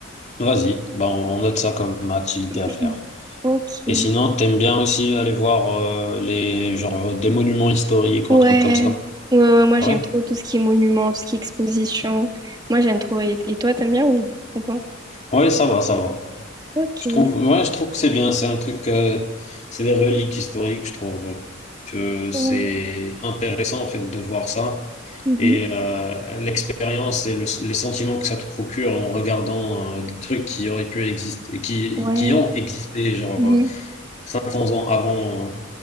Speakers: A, on the left; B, on the right.
A: Vas-y, ben on note ça comme activité
B: <laughs>
A: à faire.
B: Ok.
A: Et sinon, t'aimes bien aussi aller voir euh, les genre des monuments historiques
B: Ouais.
A: ou un truc comme ça.
B: Ouais, ouais, moi
A: Ah
B: j'aime
A: ouais?
B: trop tout ce qui est monument, tout ce qui est exposition. Moi j'aime trop. Et, et toi, t'aimes bien ou, ou pas?
A: Ouais, ça va, ça va.
B: Ok.
A: Je trouve, ouais, je trouve que c'est bien. C'est un truc, euh, c'est des reliques historiques. Je trouve que c'est
B: Ouais.
A: intéressant en fait de voir ça
B: Mhm.
A: et euh, l'expérience et le- les sentiments que ça te procure en regardant euh, des trucs qui auraient pu exister, qui,
B: Ouais.
A: qui ont existé genre
B: mhm.
A: euh, 500 ans avant